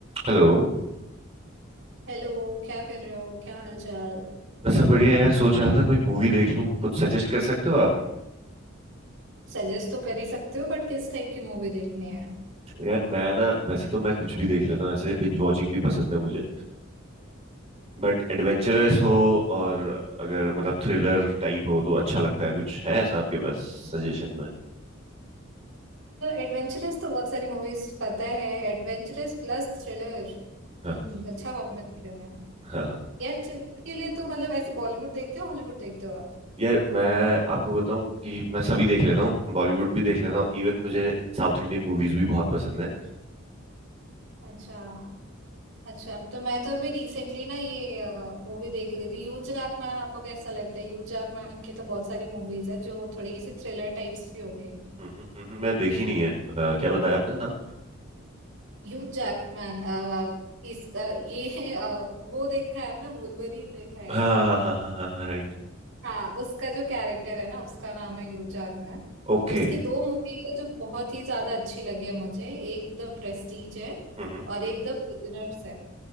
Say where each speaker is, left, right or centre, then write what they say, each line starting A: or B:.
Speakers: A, on the right; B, on the right.
A: Hello
B: हेलो क्या कर रहे हो क्या हाल चाल
A: बस सब बढ़िया यार सोच रहा था कोई मूवी देख लूं कुछ सजेस्ट कर सकते हो आप
B: सजेस्ट तो कर ही सकते हो बट किस टाइप की मूवी देखनी है
A: यार मैं ना वैसे तो मैं कुछ भी देख लेता हूं ऐसे बिंज वॉचिंग भी पसंद है मुझे बट एडवेंचरस हो और अगर मतलब थ्रिलर टाइप हो तो अच्छा लगता है कुछ है ऐसा आपके पास सजेशन में
B: एडवेंचरस तो बहुत सारी मूवीज पता है Adventurous plus thriller
A: हाँ
B: हम्म अच्छा कॉम्बिनेशन है
A: हाँ हाँ।
B: यार थ्रिलर के लिए तो मतलब ऐसे बॉलीवुड देखते हो हॉलीवुड देखते हो आप
A: यार मैं आपको बताऊं कि मैं सभी देख लेता हूँ बॉलीवुड भी देख लेता हूँ इवन मुझे साउथ इंडियन मूवीज भी बहुत पसंद है
B: अच्छा अच्छा तो मैं तो अभी रिसेंटली ना ये मूवी देख रही थी ह्यू जैकमैन आपको कैसा लगता है ह्यू जैकमैन की तो बहुत सारी मूवीज है जो थोड़ी सी थ्रिलर टाइप्स भी हो गई
A: हम्म हम्म मैं देखी नहीं है अ, क्या बताया आपने नाम
B: ह्यू जैकमैन इसका ये है अ, वो देखा है आपने वुल्वरीन देखा है
A: हाँ हाँ हाँ हाँ हाँ हाँ right
B: हाँ उसका जो कैरेक्टर है ना उसका नाम है ह्यू जैकमैन
A: Okay
B: उसकी दो मूवीज है जो बहुत ही ज्यादा अच्छी लगी है मुझे एक द प्रेस्टीज है
A: Hmm
B: और
A: hmm,
B: एक द प्रिजनर्स है